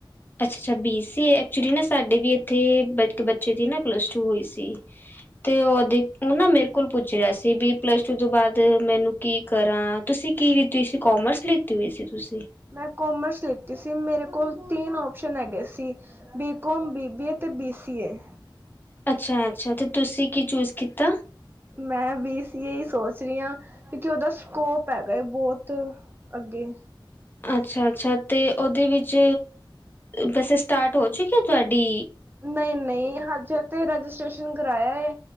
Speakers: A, on the left (about 25°); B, on the right (about 25°).
A: ਅੱਛਾ-ਅੱਛਾ ਬੀ ਸੀ ਏ। ਐਕਚੁਲੀ ਨਾ ਸਾਡੇ ਵੀ ਏਥੇ ਇਕ ਬੱਚੇ ਦੀ ਨਾ ਪਲੱਸ ਟੂ ਹੋਈ ਸੀ ਤੇ ਓਦੇ ਓ ਨਾ ਮੇਰੇ ਕੋਲ ਪੁੱਛ ਰਿਆ ਸੀ। ਬੀ ਪਲੱਸ ਟੂ ਤੋਂ ਬਾਅਦ ਮੈਨੂੰ ਕੀ ਕਰਾਂ ਤੁਸੀਂ ਕੀ ਲਿੱਤੀ ਸੀ। ਕੋਮਰਸ ਲਿੱਤੀ ਹੋਈ ਸੀ ਤੁਸੀਂ।
B: ਮੈਂ ਕੋਮਰਸ ਲਿੱਤੀ ਸੀ। ਮੇਰੇ ਕੋਲ ਤੀਨ ਓਪਸ਼ਨ ਹੈਗੇ ਸੀ। B com, B B A, ਤੇ ਬੀ ਸੀ ਏ।
A: ਅੱਛਾ ਅੱਛਾ ਤੇ ਤੁਸੀਂ ਕੀ ਚੂਜ਼ ਕੀਤਾ।
B: ਮੈਂ ਬੀ ਸੀ ਏ ਈ ਸੋਚ ਰੀ ਆਂ, ਕਿਉਕਿ ਓਦਾ ਸਕੋਪ ਹੈਗਾ ਏ ਬੋਤ। ਅੱਗੇ
A: ਅੱਛਾ ਅੱਛਾ ਤੇ ਓਦੇ ਵਿੱਚ ਵੈਸੇ ਸਟਾਰਟ ਹੋ ਚੁੱਕੀ ਏ ਤੁਆਡੀ।
B: ਨਈ ਨਈ ਹਜੇ ਤੇ ਰਜਿਸਟ੍ਰੇਸ਼ਨ ਕਰਾਇਆ ਏ।